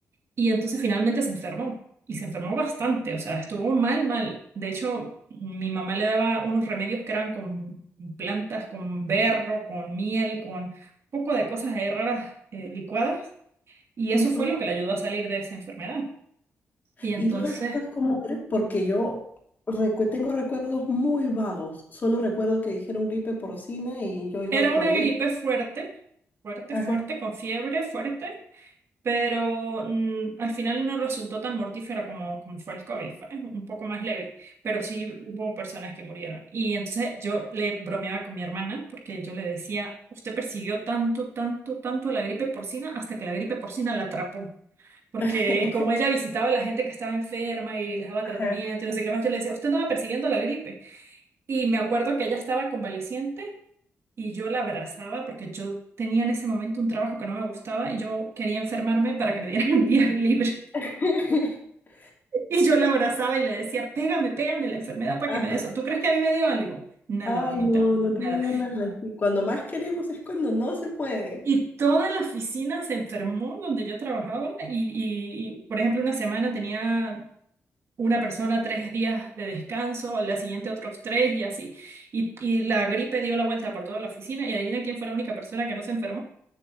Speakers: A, on the right; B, on the left.
A: Y entonces finalmente se enfermó. Y se enfermó bastante, o sea, estuvo mal, mal. De hecho, mi mamá le daba unos remedios que eran con plantas, con berro, con miel, con un poco de cosas ahí raras eh, licuadas. Y
B: ujú.
A: eso fue lo que le ayudó a salir de esa enfermedad. Y entonces
B: ¿Y tú recuerdas cómo era? Porque yo recue- tengo recuerdos muy vagos. Solo recuerdo que dijeron gripe porcina y yo iba
A: era
B: al colegio.
A: una gripe fuerte, fuerte,
B: Ajá.
A: fuerte, con fiebre fuerte pero mm, al final no resultó tan mortífera como, como fue el COVID, fue un poco más leve, pero sí hubo personas que murieron. Y entonces yo le bromeaba con mi hermana porque yo le decía, usted persiguió tanto, tanto, tanto la gripe porcina hasta que la gripe porcina la atrapó. Porque
B: <laughs>
A: como ella visitaba a la gente que estaba enferma y les daba
B: Ajá.
A: tratamiento y no sé qué más, yo le decía, usted andaba persiguiendo la gripe. Y me acuerdo que ella estaba convaleciente y yo la abrazaba porque yo tenía en ese momento un trabajo que no me gustaba y yo quería enfermarme para que me dieran <laughs> un día libre.
B: <laughs>
A: Y yo la abrazaba y le decía, pégame, pégame la enfermedad para
B: Ajá.
A: que me dé eso. ¿Tú crees que a mí me dio algo? Nada,
B: Ay,
A: mamita,
B: no, no
A: nada.
B: te dio nada. Y Cuando más queremos es cuando no se puede.
A: Y toda la oficina se enfermó donde yo trabajaba y, y, y, por ejemplo, una semana tenía... Una persona tres días de descanso, al día siguiente otros tres y así. Y, y la gripe dio la vuelta por toda la oficina y adivina quién fue la única persona que no se enfermó.